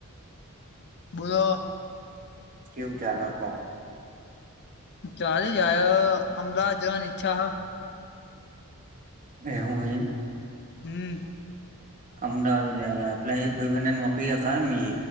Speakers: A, on the left (about 50°); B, on the right (about 35°).
A: બોલોો
B: કેવું ખ્યાલ હખ
A: ચાલ આયા અમદાવાદ જવાની ચ્છા હા
B: એ હું હોયમ
A: હમ
B: અમદાવાદ ઉ લ આપલા એક ભાઈ બહેને નોકરી રાખાવ મ